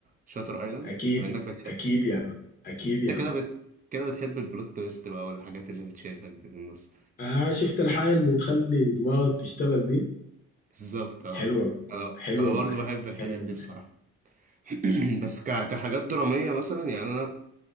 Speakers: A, on the right; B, on the left.
A: شاتر ايلاند
B: أكيد
A: بما انك بتحب
B: أكيد يا مان أكيد يا
A: انت كده
B: مان
A: بت... كده بتحب البلوت تويست بقى والحاجات اللي بتشدك دي في النص
B: آه شفت الحاجة اللي تخلي دماغك تشتغل دي
A: بالظبط اه
B: حلوة
A: انا
B: حلوة
A: انا برضو
B: معي
A: بحب الحاجات
B: حلوة
A: دي
B: معي
A: بصراحه <clears throat> بس ك... كحاجات دراميه مثلا يعني انا